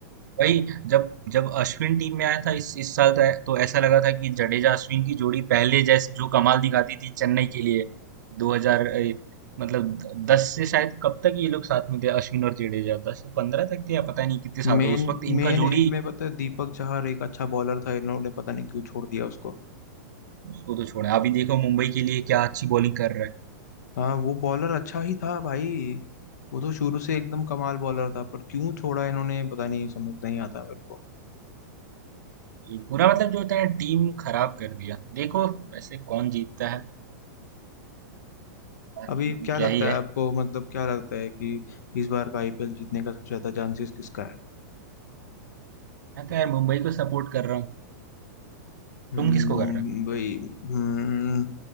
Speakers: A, on the right; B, on the left.
A: वही जब जब अश्विन टीम में आया था इस इस साल तो, तो ऐसा लगा था कि जडेजा अश्विन की जोड़ी पहले जैसे जो कमाल दिखाती थी चेन्नई के लिए 2000 ए, मतलब 10 से शायद कब तक ये लोग साथ में थे अश्विन और जडेजा 10 से 15 तक थे या पता नहीं कितने साल
B: मेन
A: तक उस वक्त इनका
B: मेन इनमें
A: जोड़ी
B: पता है दीपक चहर एक अच्छा बॉलर था इन्होंने पता नहीं क्यों छोड़ दिया उसको
A: उसको तो छोड़ा अभी देखो मुंबई के लिए क्या अच्छी बॉलिंग कर रहा है
B: हाँ वो बॉलर अच्छा ही था भाई वो तो शुरू से एकदम कमाल बॉलर था पर क्यों छोड़ा इन्होंने पता नहीं समझ नहीं आता मेरे को
A: ये पूरा मतलब जो होता है टीम खराब कर दिया देखो वैसे कौन जीतता है बाकी
B: अभी
A: तो
B: क्या
A: क्या
B: लगता
A: ही है
B: है आपको मतलब क्या लगता है कि इस बार का आईपीएल जीतने का सबसे ज्यादा चांसेस किसका है
A: मैं तो यार मुंबई को सपोर्ट कर रहा हूँ
B: हम्म,
A: तुम किसको
B: मुंबई
A: कर रहे
B: हम्म,